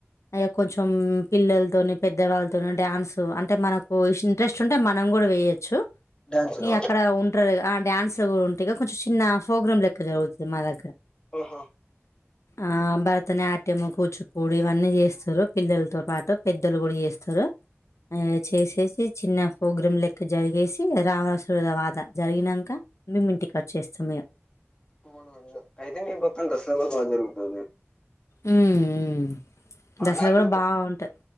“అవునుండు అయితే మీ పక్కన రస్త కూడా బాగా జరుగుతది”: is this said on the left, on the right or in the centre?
Left